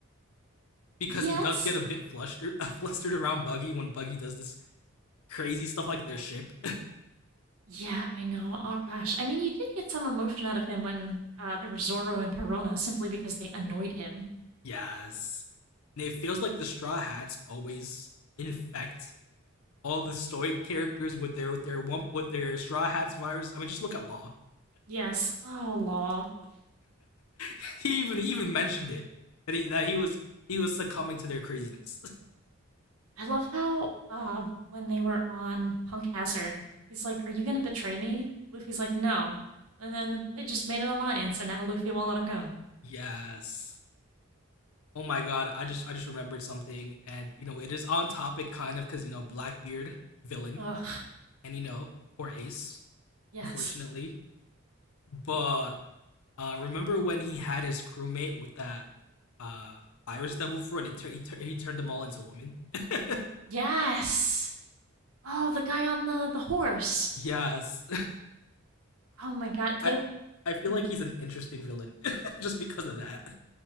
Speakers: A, on the left; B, on the right.
A: because
B: Yes.
A: he does get a bit flustered, <laughs> uh, flustered around Buggy when Buggy does this crazy stuff like their ship.
B: Yeah, I know. Oh, gosh. I mean, you did get some emotion out of him when uh, there were Zorro and Perona simply because they annoyed him.
A: <laughs> yes, and it feels like the Straw Hats always infect all the stoic characters with their with their wump with their Straw Hats virus. I mean, just look at Law.
B: Yes. Oh, law.
A: <laughs> he even he even mentioned it that he that he was he was succumbing to their craziness.
B: I love how uh, when they were on Punk Hazard, he's like, Are you going to betray me? Luffy's like, No. And then they just made an alliance, and now Luffy won't let him go.
A: <laughs> yes. Oh my god, I just I just remembered something and you know it is on topic kind of cuz you know Blackbeard villain
B: Ugh.
A: and you know poor Ace
B: Yes.
A: unfortunately But uh, remember when he had his crewmate with that uh, virus devil fruit and it tur- he, tur- he turned them all into women? <laughs>
B: Yes. Oh, the guy on the the horse.
A: yes.
B: Oh my god. They.
A: I, I feel
B: mm.
A: like he's an interesting villain <laughs> just because of that.